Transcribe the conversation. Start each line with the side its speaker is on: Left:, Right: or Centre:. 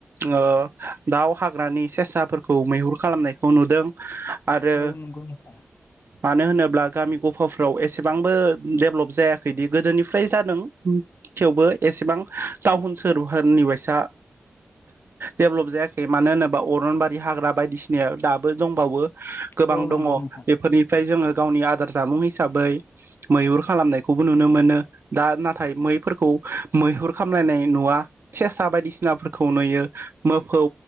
Right: ओ। दाउ हाग्रानि। सेसाफोरखौ मैहुर खालामनायखौ नुदों। आरो
Left: औ नंगौ नोंथां।
Right: मानो होनोब्ला गामि गफाफ्राव एसेबांबो डेभेलप जायाखैदि गोदोनिफ्राय जादों थेवबो एसेबां टाउन सोहोरफोरनि बायसा डेबलब जायाखै मानो होनो बा अरनबारि हाग्रा बायदिसिनायाव दाबो दंबावो गोबां
Left: औ
Right: दङ
Left: नंगौ नोंथां
Right: बेफोरनिफ्राय जोङो गावनि आदार जामुं हिसाबै मैहुर खालामनायखौबो नुनो मोनो। दा नाथाय मैफोरखौ मैहुर खामलायनाय नुवा। सेसा बायदिसिनाफोर खौ नुयो मोफौ